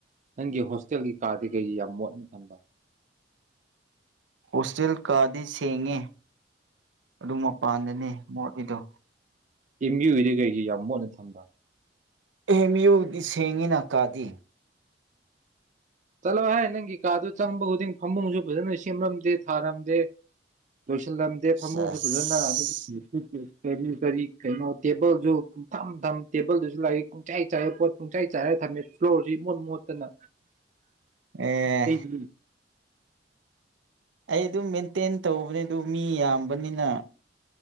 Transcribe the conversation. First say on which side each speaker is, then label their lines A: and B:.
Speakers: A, on the right; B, on the right.
A: ꯅꯪꯒꯤ ꯍꯣꯁꯇꯦꯜꯒꯤ ꯀꯥꯗꯤ ꯀꯩꯒꯤ ꯌꯥꯝ ꯃꯣꯠꯅ ꯊꯝꯕ?
B: ꯍꯣꯁꯇꯦꯜ ꯀꯥꯗꯤ ꯁꯦꯡꯉꯦ ꯑꯗꯨ ꯃꯄꯥꯟꯗꯅꯦ ꯃꯣꯠꯂꯤꯗꯣ
A: ꯑꯦꯝ ꯌꯨ ꯒꯤꯗꯤ ꯀꯩꯒꯤ ꯌꯥꯝ ꯃꯣꯠꯅ ꯊꯝꯕ?
B: ꯑꯦꯝ ꯌꯨꯗꯤ ꯁꯦꯡꯉꯦꯅ ꯀꯥꯗꯤ
A: ꯆꯠꯂꯣ ꯍꯥꯏ ꯅꯪꯒꯤ ꯀꯥꯗꯨ ꯆꯪꯕ ꯈꯨꯗꯤꯡ ꯐꯃꯨꯡꯁꯨ ꯐꯖꯅ ꯁꯦꯝꯔꯝꯗꯦ ꯊꯥꯔꯝꯗꯦ ꯂꯣꯏꯁꯤꯜꯂꯝꯗꯦ
B: ꯁꯦꯁ
A: ꯐꯃꯨꯡꯁꯨ ꯐꯖꯅ ꯑꯗꯨꯒꯤ <unintelligible> ꯀꯔꯤ ꯀꯔꯤ ꯀꯩꯅꯣ ꯇꯦꯕꯜꯁꯨ ꯄꯝꯊꯝ ꯊꯝ, ꯇꯦꯕꯜꯗꯨꯁꯨ ꯂꯥꯏꯔꯤꯛ ꯄꯨꯡꯆꯥꯏ ꯆꯥꯏ ꯄꯣꯠ ꯄꯨꯡꯆꯥꯏ ꯆꯥꯏꯔ ꯊꯝꯃꯦ ꯐ꯭ꯂꯣꯔꯁꯤ ꯏꯃꯣꯠ ꯃꯣꯠꯇꯅ
B: ꯑꯦ
A: ꯑꯩꯗꯤ
B: ꯑꯩ ꯑꯗꯨꯝ ꯃꯦꯟꯇꯦꯟ ꯇꯧꯕꯅꯦ ꯑꯗꯨ ꯃꯤ ꯌꯥꯝꯕꯅꯤꯅ